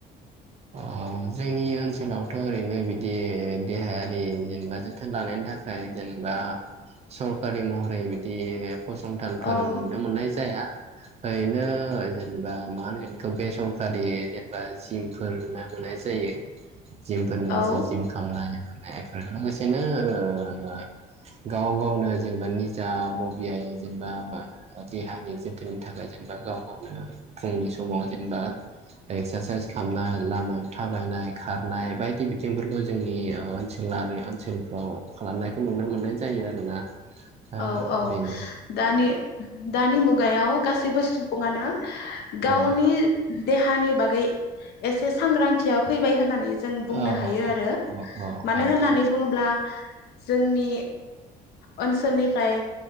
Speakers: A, on the right; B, on the left.
A: अजोंनि ओनसोलावथ ओरैनो बिदि देहायारि जेनेबा जोथोन लानायनि थाखाय जेनेबा सरखारि महरै बिदि फसंथानफोर
B: औ
A: नुनो मोननाय जाया ओरैनो जेनेबा मा होनो बेखौ बेसरखारि जेनेबा जिम फोरोंनाय हरनाय जायो जिमफोरनिसो
B: औ
A: जिम खालामनाय फोर लोगोसेनो ओ गाव गावनो जेनेबा निजा बबियो जेनेबा देहानि जोथोननि थाखाय जेनेबा गाव गावनो फुंनि समाव जेनेबा एक्सारसाइस सामनाय लामायाव थाबायनाय खारनाय बायदि बिथिंफोरखौ जोंनि ओनसोलारि ओनसोलफ्राव खालामनायखौ नुनो मोननाय जायो आरोना ओ
B: औ औ
A: बेनो
B: दानि दानि मुगायाव गासैबो सुबुङानो गावनि
A: औ
B: देहानि बागै एसे सांग्रांथिया फैबाय होननानै जों बुंनो
A: औ
B: हायो आरो
A: औ औ
B: मानो
A: आनखान्थि
B: होननानै बुङोब्ला जोंनि ओनसोल निफ्राय